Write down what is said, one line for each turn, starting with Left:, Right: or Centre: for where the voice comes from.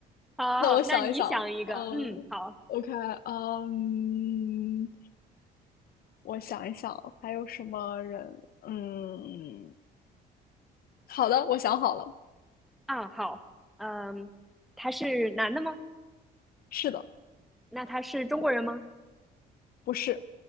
Centre: 好好好，
Left: 那我想一想，
Centre: 那你想一个，
Left: 嗯，OK，
Centre: 嗯，好
Left: 嗯，我想一想还有什么人？嗯，好的，我想好了。
Centre: 啊，好，嗯，他是男的吗？
Left: 是的，
Centre: 那他是中国人吗？
Left: 不是，